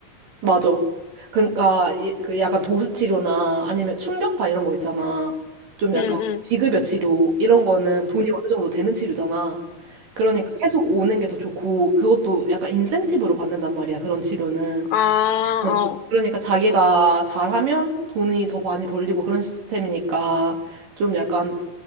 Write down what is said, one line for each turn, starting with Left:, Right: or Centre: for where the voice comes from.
Right: 맞아. 그러니까 이- 그 약간 도수 치료나 아니면 충격파 이런 거 있잖아. 좀 약간
Left: 응,
Right: 비급여 치료 이런 거는 돈이 어느 정도 되는 치료잖아. 그러니까 계속 오는 게 더 좋고 그것도 약간 인센티브로 받는단 말이야. 그런 치료는.
Left: 아,
Right: 응.
Left: 어.
Right: 그러니까 자기가 잘하면 돈이 더 많이 벌리고 그런 시스템이니까 좀 약간